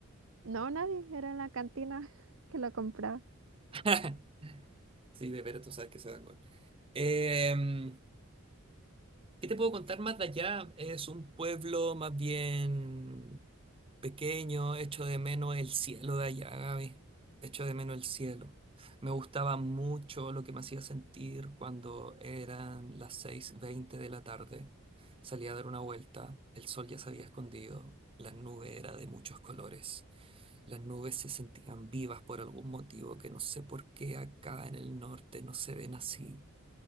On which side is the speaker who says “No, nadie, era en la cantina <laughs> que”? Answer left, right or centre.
Right